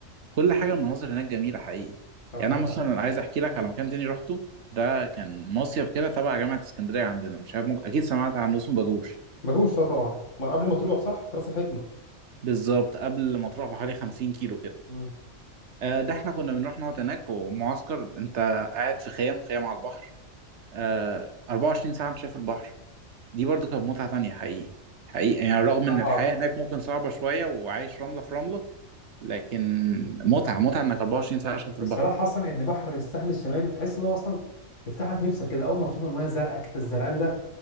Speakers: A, on the right; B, on the left.
A: وكل حاجة المناظر هناك جميلة حقيقي
B: طب
A: يعني أنا مثلا عايز أحكي لك على مكان تاني روحته ده كان مصيف كده تبع جامعة اسكندرية عندنا مش عارف ممكن أكيد سمعت عنه اسمه باجوش
B: مجوش طبعا ما قبل ما تروح صح في راس الحكمة
A: بالظبط قبل ما تروح بحوالي 50 كيلو كده
B: مم.
A: آه، ده احنا كنا بنروح نقعد هناك ومعسكر انت قاعد في خيام خيام على البحر آه، 24 ساعة انت شايف البحر دي برضو كانت متعة تانية حقيقي حقيقي يعني رغم
B: صراحة
A: ان الحياة هناك ممكن صعبة شوية وعايش رملة في رملة لكن متعة متعة انك 24 ساعة شايف البحر
B: الصراحه اصلا ان بحر الساحل الشمالي تحس ان هو اصلا يفتح لك نفسك كده اول ما تشوف المايه الزرقاء كده الزرقان ده